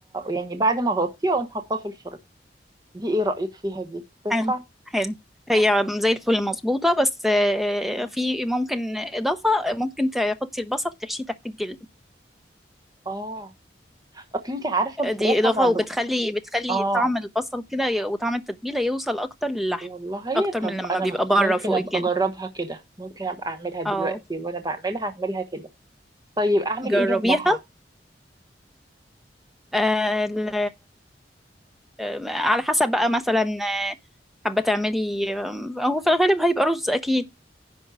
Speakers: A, on the right; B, in the centre.
A: يعني بعد ما اغطيه اقوم حاطاه في الفرن دي ايه رايك فيها دي تنفع
B: حلو حلو هي زي الفل مظبوطة بس آه،
A: مم.
B: في ممكن إضافة ممكن تحطي البصل تحشيه تحت الجلد
A: اه اصل انت عارفه الفراخ
B: دي إضافة
A: انا ب...
B: وبتخلي بتخلي
A: اه
B: طعم البصل كده ي- وطعم التتبيلة يوصل أكتر للحم
A: والله
B: أكتر
A: طب
B: من لما
A: انا
B: بيبقى
A: م-
B: بره
A: ممكن
B: فوق
A: ابقى
B: الجلد
A: اجربها كده ممكن ابقى اعملها دلوقتي
B: اه
A: وانا بعملها اعملها كده طيب اعمل
B: جربيها
A: ايه جنبها
B: آه، ال- آه، على حسب بقى مثلا آه، حابة تعملي آه، هو في الغالب هيبقى رز أكيد